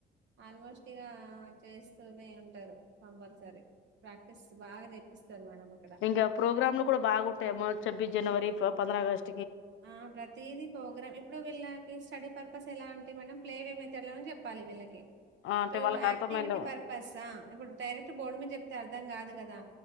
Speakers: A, on the right; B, on the left.
A: ఆల్మోస్ట్ ఇగ చేస్తూనే ఉంటారు కంపల్సరీ ప్రాక్టీస్ బాగా చేపిస్తారు మేడం అక్కడ
B: ఇంగా ప్రోగ్రామ్లు కూడా బాగుంటాయమ్మో చెబ్ జనవరి ఫో పంద్ర అగస్ట్
A: ఆ ప్రతీది ప్రోగ్రామ్ ఇప్పుడు వీళ్ళకి స్టడీ పర్పస్ ఎలా అంటే మేడం ప్లేవే మెథడ్ లోనే చెప్పాలి వీళ్ళకి ఇప్పుడు
B: అంటే వాళ్ళకి
A: యాక్టివిటీ
B: అర్థమైండ
A: పర్పసా ఇప్పుడు డైరెక్ట్ బోర్డు మీద చెప్తే అర్ధం కాదు కదా